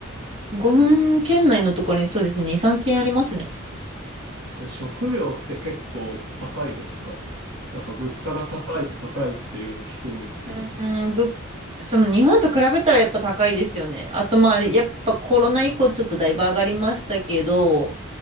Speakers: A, on the right; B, on the right.
A: ごふん5分圏内のところにそうですね、
B: えー、
A: 2、3軒ありますね。
B: で食料って結構高いですかなんか物価が高い、高いっていうのを聞くんですけど。
A: うん、うんぶ、その日本と比べたらやっぱ高いですよね。あとまあやっぱコロナ以降ちょっとだいぶ上がりましたけど、